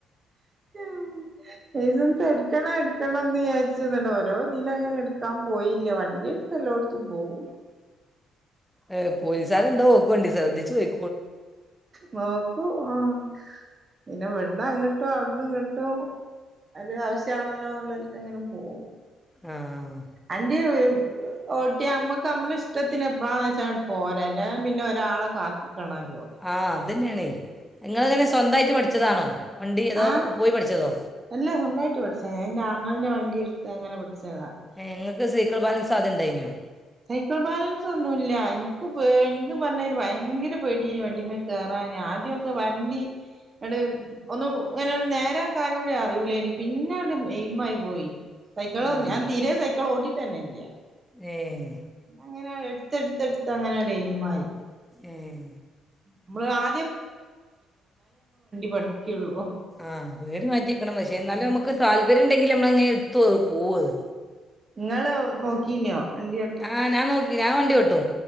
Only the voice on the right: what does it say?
ഉം <unintelligible> എട്ക്കണം എട്ക്കണം എന്ന് വിയാരിച് <unintelligible> ഓരോ തില അങ്ങനെ എടുക്കാ പോയില്ല വണ് ഇതെടുത്തെല്ലോടുത്തും പോവു
നോക്കൂ ആഹ് പിന്നെ ഇവിട്ന്നങ്ങോട്ടും അവിട്ന്നിങ്ങോട്ടും ഒരു ആവശ്യ ആണല്ലോ എന്നുള്ളല്ക്ക് അങ്ങനെ പോവും
അന്റെയാ വീട് <inaudible> ഓട്ടി നമ്മുക്ക് നമ്മള ഇഷ്ടത്തിന് എപ്പളാന്ന് വെച്ചാ പോരാ അല്ല പിന്നെ ഒരാള കാത്തിക്കണല്ലോ
ആഹ്
അല്ല സ്വന്തായിട്ട് പഠിച്ച ഞാ എന്റെ ആങ്ങളിൻ്റെ വണ്ടിയെടുത്ത് അങ്ങനെ പഠിച്ചതാ
സൈക്കിൾ ബാലൻസ് ഒന്നു ഇല്ല എൻക്ക് പേ എനിക്ക് പറ്ഞ്ഞാല് ഭയ്ങ്കര പേടിയന് വണ്ടിമേ കേറാന് ആദ്യൊക്കെ വണ്ടി എട് ഒന്നും ഇങ്ങനെ നേരെ ആക്കാനൂടി അറിയൂല്ലാര്ന്നു പിന്നെ അങ്ങട് എയിമായി പോയി സൈക്കിള്
ഞാൻ തീരെ സൈക്കിൾ ഓട്ടിട്ട് തന്ന ഇല്ല
അങ്ങനെ എടുത്ത് എടുത്ത് എടുത്ത് അങ്ങനെ എയിമായി
നമ്മള് ആ പഠിക്കുള്ളൂ
ഉം
ഇങ്ങള് നോക്കീനോ വണ്ടി